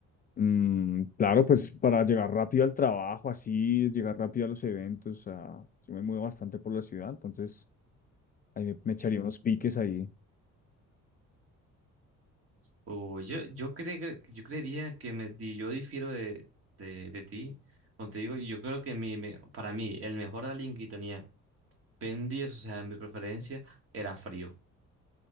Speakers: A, on the left (about 30°); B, on the right (about 45°).
A: Mm, claro, pues para llegar rápido al trabajo, así, llegar rápido a los eventos, a- yo me muevo bastante por la ciudad, entonces ahí me, me echaría unos piques ahí.
B: Uh, yo, yo, cre- yo creería que me, di- yo difiero de, de, de ti. Como te digo, yo creo que mi, me- para mí el mejor alien que tenía Ben 10, o sea, en mi preferencia, era Frío.